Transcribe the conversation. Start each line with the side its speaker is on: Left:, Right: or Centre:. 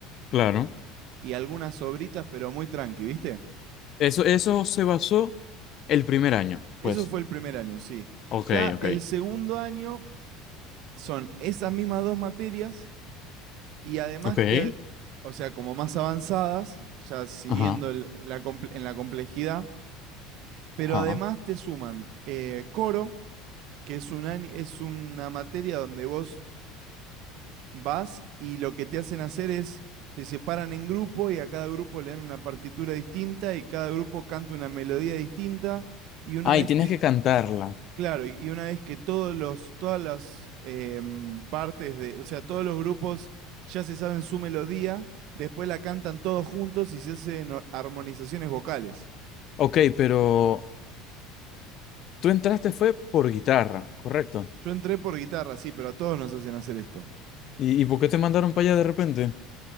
Left: claro.
Right: y algunas sobritas, pero muy tranqui, ¿viste?
Left: Eso, eso se basó el primer año,
Right: Eso
Left: pues.
Right: fue el primer año, sí.
Left: Ok,
Right: Ya
Left: ok.
Right: el segundo año son esas mismas dos materias Y además,
Left: Ok.
Right: te ag- o sea, como más avanzadas, ya siguiendo
Left: Ajá,
Right: el- la comple- en la complejidad, pero
Left: ajá.
Right: además te suman eh, coro, que es, un ani- es una materia donde vos vas y lo que te hacen hacer es, te separan en grupo y a cada grupo le dan una partitura distinta y cada grupo canta una melodía distinta y una
Left: Ah,
Right: vez
Left: y tienes
Right: que...
Left: que cantarla.
Right: Claro, y y una vez que todos los, todas las em, partes de, o sea, todos los grupos ya se saben su melodía, después la cantan todos juntos y se hacen o- armonizaciones vocales.
Left: Ok, pero tú entraste fue por guitarra, correcto.
Right: Yo entré por guitarra, sí, pero a todos nos hacen hacer esto.
Left: ¿Y, y por qué te mandaron para allá de repente?